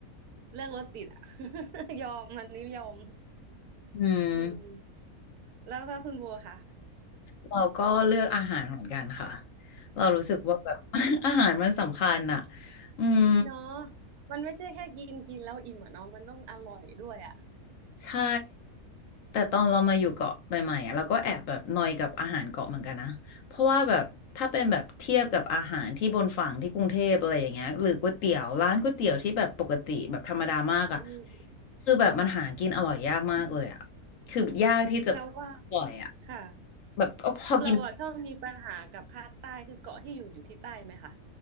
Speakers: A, on the right; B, on the left.
A: เลิกรถติดอะ <laughs> ยอมมันนี้ยอม
B: อืม
A: อืมแล้วก็คุณโบค่ะ
B: เราก็เลือกอาหารเหมือนกันค่ะเรารู้สึกว่าแบบ <laughs> อาหารมันสำคัญอ่ะอืม
A: เนาะมันไม่ใช่แค่กินกินแล้วอิ่มอะเนาะมันต้องอร่อยด้วยอะ
B: ใช่ แต่ตอนเรามาอยู่เกาะใหม่ๆอะเราก็แอบแบบนอยกับอาหารเกาะเหมือนกันนะเพราะว่าแบบถ้าเป็นแบบเทียบกับอาหารที่บนฝั่งที่กรุงเทพอะไรอย่างเงี้ยหรือก๋วยเตี๋ยวร้านก๋วยเตี๋ยวที่แบบปกติแบบธรรมดามากอ่ะ
A: อืม
B: คือแบบมันหากินอร่อยยากมากเลยอ่ะคือยากที่จะอร่อยอ่ะ
A: เราว่าค่ะ
B: แบบก็พอกิน
A: เราอะชอบมีปัญหากับภาคใต้คือเกาะที่อยู่อยู่ที่ใต้ไหมคะ